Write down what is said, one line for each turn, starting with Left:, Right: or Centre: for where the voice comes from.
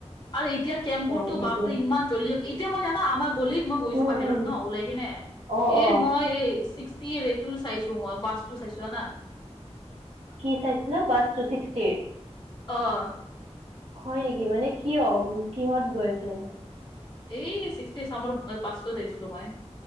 Left: আৰু এতিয়া কেমবোৰতো
Right: এ সেইটো
Left: বাপৰে ইমান জলি ইট এতিয়া মই জানা আমাৰ গলিত মই গৈছো
Right: উম,
Left: বাহিৰত
Right: উম,
Left: ন ওলাই কিনে
Right: অ',
Left: এই
Right: অ',
Left: মই এই ছিক্স তিৰ এইটো চাইছো মই বাছটো চাইছো জানা।
Right: কি চাইছিলা বাচটো ছিক্সটিৰ?
Left: অ'।
Right: হয় নিকি মানে কিয়, কিহত গৈ আছে?
Left: এই চিক্সটি চামৰ বাছটো চাইছিলো মই।